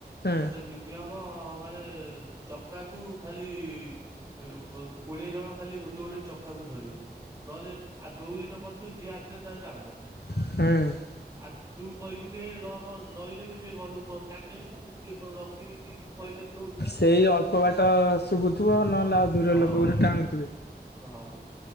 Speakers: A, on the left (about 75°); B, on the right (about 20°).
A: ହୁଁ
B: ତତେ ମିନି ନିୟମ ମାନେ ଚକାକୁ ଖାଲି ଉ କୋଡ଼ିଏ ଜଣ ଖାଲି ଗୋଟେ ଗୋଟେ ଚକାକୁ ଧରିବ ନହେଲେ ଆ ଦଉଡ଼ି ଟା ପଡିଥିବ ଯିଏ ଆସିଲା ଟାଣିଲା।
A: ହୁଁ।
B: ଆ ତୁ କହିବୁ କି ହେ ରହ ରହ ରହିଲେ ବି ସେ ବ ଲୋକ କ ଟାଣିଦେବେ ନା ତୁ ରଖିବେ କି ତୁ କହିଲେ ଦଉଡି ଟା।
A: ସେଇ ଅଳ୍ପ ବାଟ ଶୁଭୁଥିବ ନହେଲେ ଆଉ ଦୂର
B: ହଁ
A: ଲୋକ ଗୋଟେ ଟାଣୁଥିବେ।
B: ହଁ।